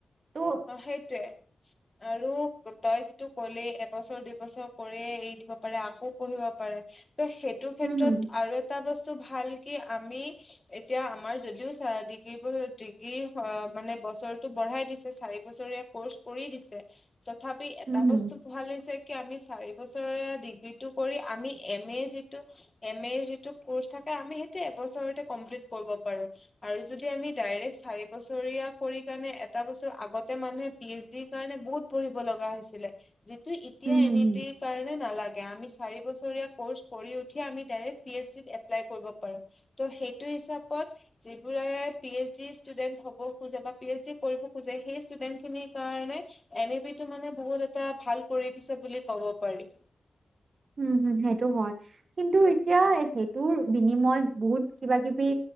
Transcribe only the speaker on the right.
ত'
হম হম
হম হম
হম হম
হম
উম হম সেইটো হয়। কিন্তু এতিয়া সেইটোৰ বিনিময় বহুত কিবা কিবি